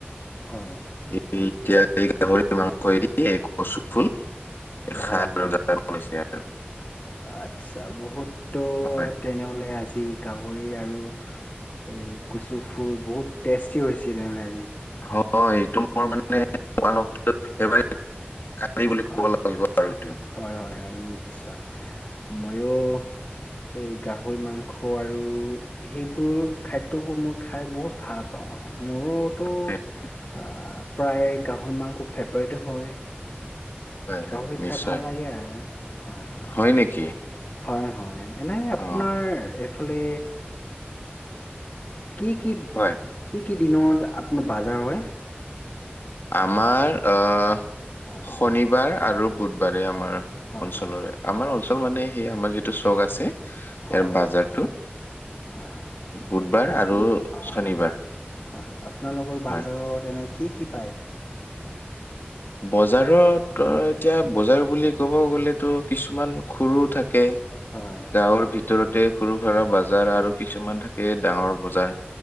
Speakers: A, on the left; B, on the left.
A: হয়,
B: এতিয়া এই গাহৰিৰ মাংসয়ে দি কচু ফুল <unintelligible>
A: হয়।
B: বনাইছে আৰু।
A: আচ্ছা! বহুততো
B: হয়
A: তেনেহ'লে আজি গাহৰি আৰু এই কচু ফুল বহুত টেষ্টি হৈছে তেনেহ'লে আজি।
B: <unintelligible> ক'ব
A: আচ্ছা,
B: লাগিব আৰু এইটো
A: হয়, হয়, হয়, নিশ্চয়। ময়ো এই গাহৰি মাংস আৰু সেইবোৰ খাদ্যবোৰ মই খাই বহুত ভাল পাওঁ আৰু মোৰোইটো
B: হয়
A: প্ৰায়, গাহৰি মাংস ফেভৰেট হয়।
B: হয়
A: গাহৰি
B: নিশ্চয়
A: খাই ভাল লাগে আৰু ন', হয়, হয়।
B: হয় নেকি।
A: হয়, হয় এনে আপোনাৰ
B: অ'
A: এইফালে কি, কি, কি,
B: হয়।
A: কি দিনত আপোনাৰ বাজাৰ হয়?
B: আমাৰ আ'
A: হয়
B: শনিবাৰ আৰু বুধবাৰে আমাৰ
A: হয়
B: অঞ্চলৰে,
A: হয়
B: আমাৰ অঞ্চল মানে সেই আমাৰ যিটো চক আছে ইয়াৰ
A: হয় হয়
B: বাজাৰটো
A: হয় হয়
B: বুধবাৰ
A: আপোন
B: আৰু
A: হয়
B: শনিবাৰ
A: হয়, হয় আপোনালোকৰ বাজাৰত
B: হয়।
A: এনে কি কি পায়?
B: বজাৰত এতিয়া বজাৰ বুলি ক'ব গ'লে টো কিছুমান সৰু থাকে
A: হয়
B: গাঁৱৰ ভিতৰতে সৰু সুৰা বজাৰ আৰু কিছুমান থাকে ডাঙৰ বজাৰ